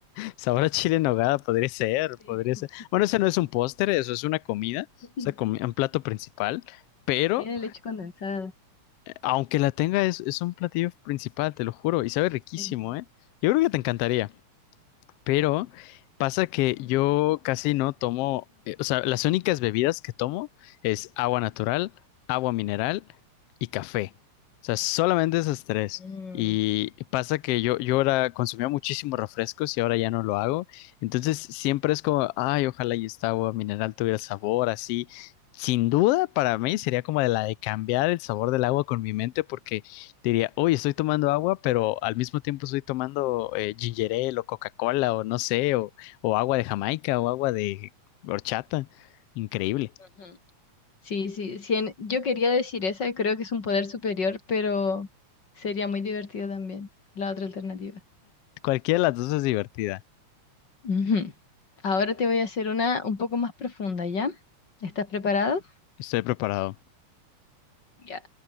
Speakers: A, on the left (about 80°); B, on the left (about 40°).
A: sabor a chile en nogada, podría ser,
B: Sí.
A: podría ser. Bueno, ese no es un póster, eso es una comida,
B: <laughs>
A: es una comi- un plato principal, pero
B: Tiene leche condensada.
A: eh, aunque la tenga, es, es un platillo principal, te lo juro, y sabe riquísimo,
B: Ujú.
A: ¿eh? Yo creo que te encantaría. Pero pasa que yo casi no tomo, eh, o sea, las únicas bebidas que tomo es agua natural, agua mineral y café. O sea, solamente esas tres.
B: Mm,
A: Y pasa que yo, yo ahora consumía muchísimos refrescos y ahora ya no lo hago. Entonces siempre es como, ay, ojalá y esta agua mineral tuviera sabor así. Sin duda, para mí sería como de la de cambiar el sabor del agua con mi mente, porque Diría, oye, estoy tomando agua, pero al mismo tiempo estoy tomando eh, ginger ale o Coca-Cola o no sé, o, o agua de Jamaica o agua de horchata. Increíble.
B: ujú. Sí, sí, sí, en- yo quería decir esa, y creo que es un poder superior, pero sería muy divertido también la otra alternativa.
A: Cualquiera de las dos es divertida.
B: Ujú. Ahora te voy a hacer una un poco más profunda, ¿ya? ¿Estás preparado?
A: Estoy preparado.
B: Ya.